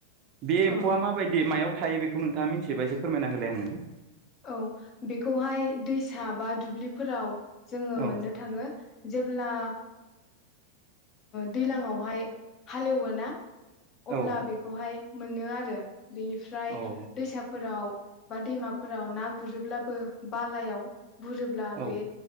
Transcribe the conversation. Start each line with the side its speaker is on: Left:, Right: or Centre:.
Right: बे एम्फौआ
Left: औ
Right: माबायदि मायाव थायो बेखौ नोंथाङा मिथिबा एसे फोरमायना होलाय आंनो
Left: औ बेखौहाय दैसा बा दुब्लिफोराव जोङो
Right: औ
Left: मोननो थाङो जेब्ला दैज्लांआवहाय हालेवोना अब्ला
Right: औ
Left: बेखौहाय मोनो आरो बेनिफ्राय
Right: औ
Left: दैसाफोराव बा दैमाफोराव ना गुरोब्लाबो बालायाव बुलोब्ला
Right: औ
Left: बे